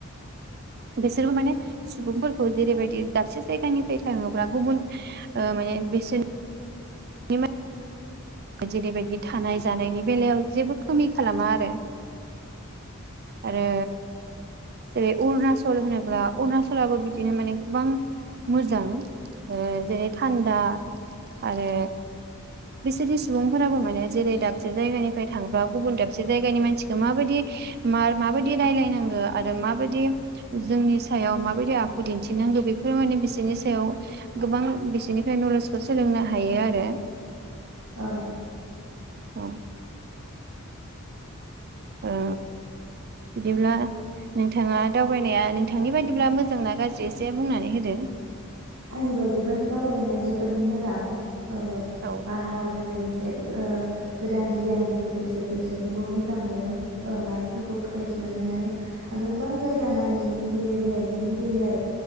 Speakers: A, on the right; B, on the right.
A: बिसोरबो माने सुबुंफोरखौ जेरैबायदि दाबसे जायगानिफ्राय थाङोब्ला गुबुन ओ माने बिसोरनि बिमाय जेरैबायदि थानाय जानायनि बेलायाव जेबो खोमि खालामा आरो आरो जेरै अरुनाचल होनोब्ला अरुणचलाबो बि दिनो माने गोबां मोजां ओ जेरै थान्दा आरो बिसोरनि सुबुंफोराबो माने जेरै दाबसे जायगानिफ्राय थांबा गुबुन दाबसे जायगानि मानसिखौ माबायदि आर माबायदि रायजलायनांगौ आरो माबायदि जोंनि सायाव माबायदि आखु दिन्थिनांगौ बेफोरो माने बिसोरनि सायाव गोबां बिसोरनिफ्राय नलेजखौ सोलोंनो हायो आरो
B: औ
A: औ
B: <inaudible>
A: ओ बिदिब्ला नोंथाङा दाव बायनाया नोंथांनि बायदिब्ला मोजांना गाज्रि जे बुंनानै होदो
B: आंनि बायदिबाथ दावबायनाया जोबोद मोजां औ
A: औ
B: बारहावाजों लोगोस ओ गोदान गियानजों लोगोसे गोसोखौबो मोजां मोनो माइन्द फोरफोरखौ फ्रेश मोनो माने आंथ' गोबां जायगा नायनोबो लुगैयो बेरायनोबो लुगैयो आरो